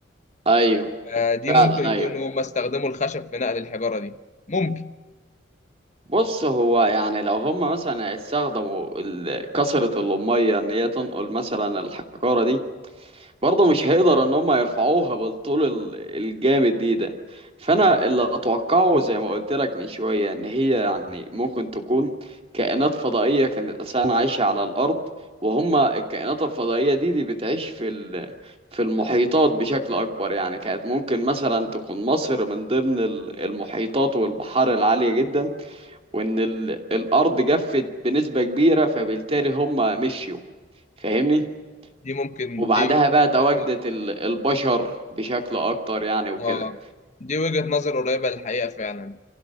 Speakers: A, on the right; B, on the left.
A: ايوه
B: آه، دي
A: فعلا
B: ممكن يكونوا
A: ايوه
B: هم استخدموا الخشب في نقل الحجارة دي ممكن
A: بص هو يعني لو هم مثلا استخدموا ال- كثرة الأمية إن هي تنقل مثلا الحجارة دي برضه مش هيقدر ان هم يرفعوها بالطول ال- الجامد دي ده فانا اللي اتوقعه زي ما قلت لك من شويه ان هي يعني ممكن تكون كائنات فضائيه كانت اساسا عايشه على الارض وهم الكائنات الفضائيه دي دي بتعيش في ال- في المحيطات بشكل اكبر يعني كانت ممكن مثلا تكون مصر من ضمن ال- المحيطات والبحار العاليه جدا وان ال- الارض جفت بنسبه كبيره فبالتالي هم مشيوا فاهمني
B: دي ممكن
A: وبعدها
B: دي وجهة
A: بقى تواجدت
B: نظر
A: ال- البشر بشكل اكتر يعني وكده
B: اه دي وجهة نظر قريبة للحقيقة فعلا